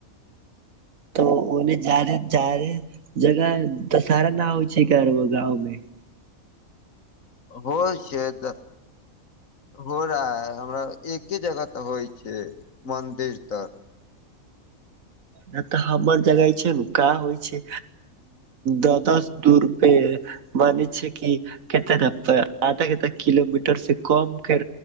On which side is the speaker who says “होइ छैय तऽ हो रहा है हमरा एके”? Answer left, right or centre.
Left